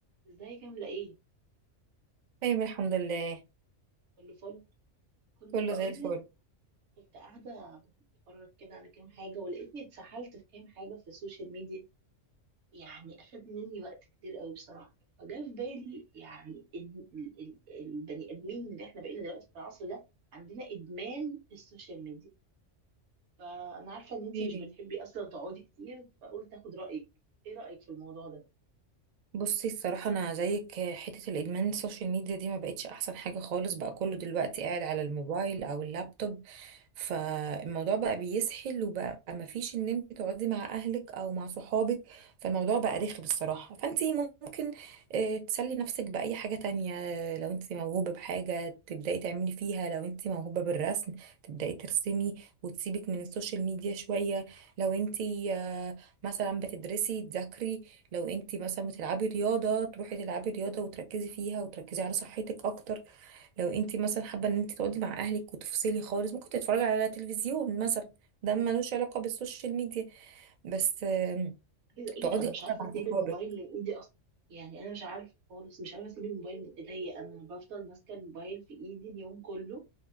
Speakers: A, on the right (about 65°); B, on the right (about 80°).
A: ازيك عاملة ايه؟
B: طيب الحمد لله
A: كله فل كنت
B: كله
A: بقولك
B: زي الفل
A: كنت قاعدة بتفرج كده على كام حاجة ولقيتني اتسحلت في كام حاجة في السوشيال ميديا يعني أخد مني وقت كتير قوي بصراحة فجاء في بالي يعني ال- ال- ال- البني آدمين اللي احنا بقينا دلوقتي في العصر ده عندنا إدمان السوشيال ميديا فأنا عارفة إن انتي
B: ايه
A: مش بتحبي أصلا تقعدي كتير فقلت أخد رأيك ايه رأيك في الموضوع ده؟
B: بصي الصراحة أنا زيك حتة الإدمان السوشيال ميديا دي ما بقتش أحسن حاجة خالص بقى كله دلوقتي قاعد على الموبايل أو اللابتوب فالموضوع بقى بيسحل وبقى ما فيش إن أنت تقعدي مع أهلك أو مع صحابك فالموضوع بقى رخم الصراحة فأنت ممكن آه، تسلي نفسك بأي حاجة تانية لو أنت موهوبة بحاجة تبدأي تعملي فيها لو أنت موهوبة بالرسم تبدأي ترسمي وتسيبك من السوشيال ميديا شوية لو أنت آه، مثلا بتدرسي تذاكري لو انت مثلا بتلعبي رياضه تروحي تلعبي رياضه وتركزي فيها وتركزي على صحتك اكتر لو انت مثلا حابه ان انت تقعدي مع اهلك وتفصلي خالص ممكن تتفرجي على تلفزيون مثلا ده ملوش علاقه بالسوشيال ميديا بس آم،
A: عايزه اقول
B: تقعدي
A: لك انا
B: اكتر
A: مش عارفه
B: مع
A: اسيب
B: صحابك
A: الموبايل من ايدي اصلا يعني انا مش عارفه خالص مش عارفه اسيب الموبايل من ايديا انا بفضل ماسكه الموبايل في ايدي اليوم كله